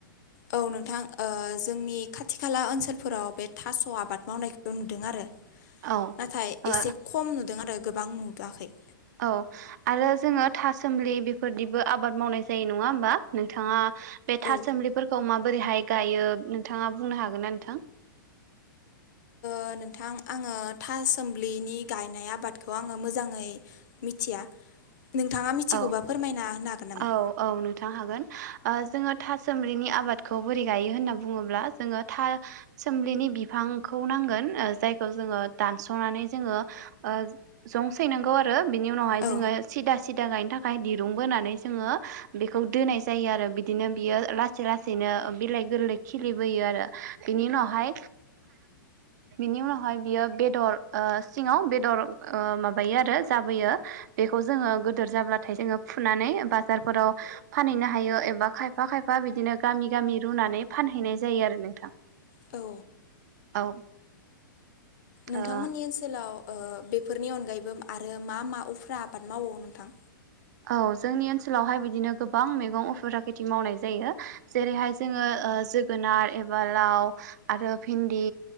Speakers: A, on the left; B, on the right.
A: औ नोंथां ओ जोंनि खाथि खाला ओनसोलफोराव बे थास आबाद मावनायखौबो नुदों आरो
B: औ
A: नाथाय
B: ओ
A: एसे खम नुदों आरो गोबां नुदोआखै
B: औ आरो जोङो थासोमलि बेफोरदिबो आबाद मावनाय जायो नङा होमबा नोंथाङा बे
A: औ
B: थासोमलिफोरखौ माब बोरैहाय गायो नोंथाङा बुंनो हागोन ना नोंथां
A: ओ नोंथां आङो थासोम्लिनि गायनाय आबादखौ आङो मोजाङै मिथिया नोंथाङा मिथिगौबा
B: औ
A: फोरमायना होनो हागोन नामा
B: औ औ नोंथां हागोन ओ जोङो था सोमलिनि आबादखौ बोरै गायो होनना बुङोब्ला जोङो था सोमलिनि बिफांखौ नांगोन गोन ओ जायखो जोङो दानसनानै जोङो ओ जं सैनांगौ आरो बिनि उनावहाय
A: औ
B: जोङो सिदा सिदा गायनो थाखाय दिरुं बोनानै जोङो बेखौ दोननाय जायो आरो बिदिनो बियो लासै लासैनो ओ बिलाइ गोरलै खिलिबोयो आरो बिनि उनावहाय बिनि उनावहाय बियो बेदर ओ सिङाव बेदर ओ माबायो आरो जाबोयो बेखौ जोङो गोद दोर जाब्लाथाय जोङो फुनानै बाजार फोराव फानैनो हायो एबा खायफा खायफा बिदिनो गामि गामि गामि रुनानै फानहैनाय जायो आरो नोंथां
A: औ
B: औ
A: नोंथांमोननि
B: ओ
A: ओनसोलाव ओ बे फोरनि अनगायैबो आरो मा मा उफ्रा आबाद मावो नोंथां
B: औ जोंनि ओनसोलावहाय बिदिनो गोबां मैगं उफेदा खिथि मावनाय जायो जेरैहाय जोङो ओ जोगोनार एबा लाव आरो भिन्दि